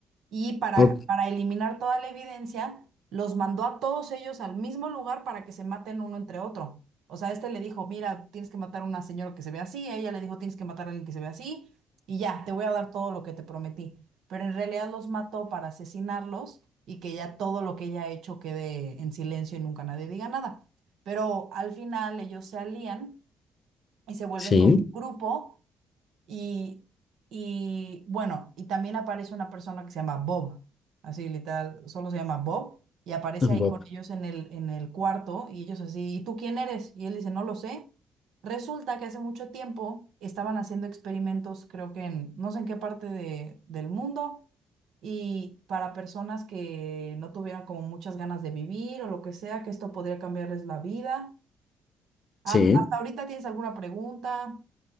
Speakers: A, on the right; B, on the left.
A: y para,
B: Ok,
A: para eliminar toda la evidencia, los mandó a todos ellos al mismo lugar para que se maten uno entre otro. O sea, este le dijo, mira, tienes que matar a una señora que se ve así, ella le dijo, tienes que matar a alguien que se ve así, y ya, te voy a dar todo lo que te prometí. Pero en realidad los mató para asesinarlos y que ya todo lo que ella ha hecho quede en silencio y nunca nadie diga nada. Pero al final ellos se alían y se vuelven
B: Sí,
A: como un grupo y, y bueno, y también aparece una persona que se llama Bob, así literal, solo se llama Bob y aparece
B: Bob,
A: ahí con ellos en el, en el cuarto y ellos así, ¿y tú quién eres? Y él dice, no lo sé. Resulta que hace mucho tiempo estaban haciendo experimentos, creo que en no sé en qué parte de- del mundo, y para personas que no tuvieran como muchas ganas de vivir o lo que sea, que esto podría cambiarles la vida. Ah,
B: sí.
A: ¿hasta ahorita tienes alguna pregunta?